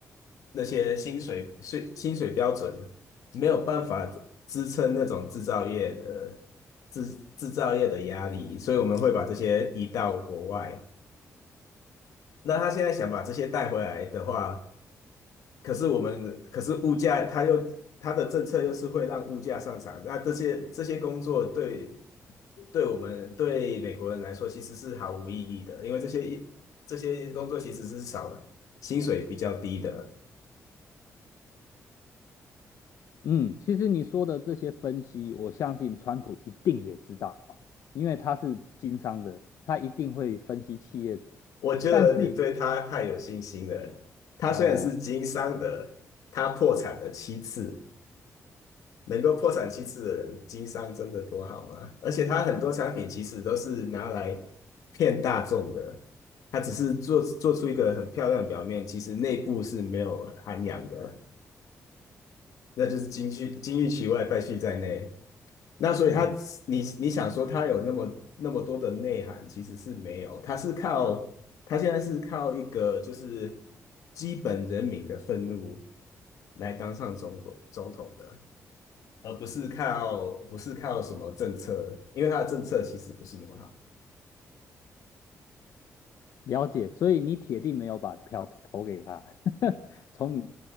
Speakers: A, on the left; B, on the left.
A: 那些薪水税薪水标准没有办法支撑那种制造业的制制造业的压力，所以我们会把这些移到国外。那他现在想把这些带回来的话，可是我们，可是物价，它又它的政策又是会让物价上涨。那这些这些工作对对我们对美国人来说其实是毫无意义的，因为这些一这些工作其实是少了薪水比较低的。
B: 嗯，其实你说的这些分析，我相信川普一定也知道，因为他是经商的，他一定会分析企业的。
A: 我觉得你对他太有信心了。
B: 但是
A: 他虽然是经商的，
B: 哦，
A: 他破产了七次，能够破产七次的人，经商真的多好吗？而且他很多产品其实都是拿来骗大众的，他只是做做出一个很漂亮的表面，其实内部是没有涵养的，那就是金玉金玉其外，败絮在内。那所以他，
B: 嗯，
A: 你你想说他有那么那么多的内涵，其实是没有，他是靠他现在是靠一个就是基本人民的愤怒来当上中国总统的。而不是靠不是靠什么政策，因为他的政策其实不是那么好。
B: 了解，所以你铁定没有把票投给他，<laughs> 从你